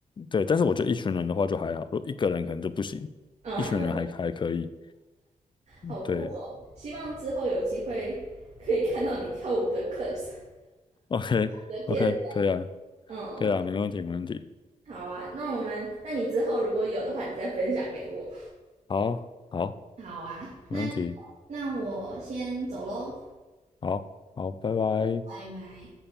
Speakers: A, on the left; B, on the right.
A: 对，但是我觉得一群人的话就还好，如果一个人可能就不行，
B: 嗯，
A: 一群人还还可以。
B: 好酷哦！
A: 对
B: 希望之后有机会可以看到你跳舞的 clips
A: ，OK
B: 你的片段。
A: OK，可以啊，
B: 嗯，
A: 可以啊，没问题没问题。
B: 好啊，那我们，那你之后如果有的话，你再分享给我。
A: 好，好，
B: 好啊，
A: 没问题，
B: 那那我先走喽，
A: 好，好，拜拜。
B: 拜拜。